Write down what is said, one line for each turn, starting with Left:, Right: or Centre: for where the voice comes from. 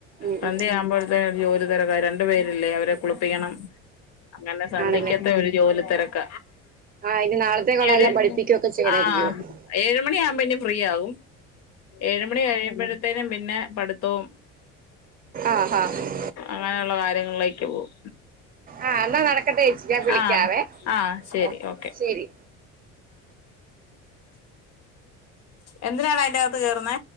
Right: ഉം
Left: സന്ധ്യ
Right: ഉം
Left: ആവുമ്പോഴത്തെേ ഒരു ജോലി തിരക്ക രണ്ടു പേരില്ലേ അവരെ കുളിപ്പിക്കണം അങ്ങനെ സന്ധിക്കാത്ത
Right: ആണല്ലേ
Left: ഒരു ജോലി തിരക്ക
Right: ആ ഇനി നാളത്തേക്കുള്ള
Left: ഇനി ഒരു
Right: എല്ലാം പഠിപ്പിക്കുകയൊക്കെ ചെയ്യണായിരിക്കും
Left: ആഹ ഏഴുമണി ആകുമ്പോ ഇനി ഫ്രീ ആവും ഏഴ് മണി കഴിയുമ്പഴത്തേനും പിന്നെ പഠിത്തവും
Right: ആഹ് ആഹ്
Left: അങ്ങനെയുള്ള കാര്യങ്ങളിലേക്ക് പോകും
Right: ആ എന്നാ നടക്കട്ടെ ചേച്ചി ഞാൻ വിളിക്കാവേ
Left: ആഹ ആഹ ശരി
Right: ഓ
Left: ഓക്കെ
Right: ശരി
Left: എന്തിനാഡാ അതിന്റെ അകത്ത് കേയറുന്ന